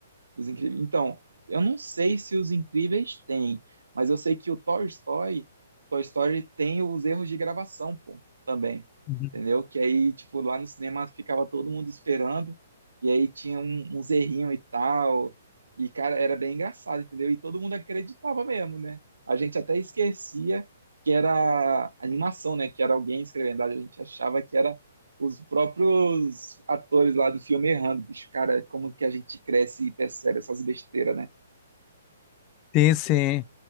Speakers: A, on the right; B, on the left.
A: Os Incríveis. Então, eu não sei se os Incríveis têm, mas eu sei que o Toy Story, Toy Story tem os erros de gravação, pô, também.
B: Uhum.
A: Entendeu? Que aí, tipo, lá no cinema ficava todo mundo esperando, e aí tinha um, uns errinhos e tal. E, cara, era bem engraçado, entendeu? E todo mundo acreditava mesmo, né? A gente até esquecia que era animação, né? Que era alguém escrevendo, a gente achava que era os próprios atores lá do filme errando, bicho. Cara, como que a gente cresce e percebe essas besteiras, né?
B: Sim, sim.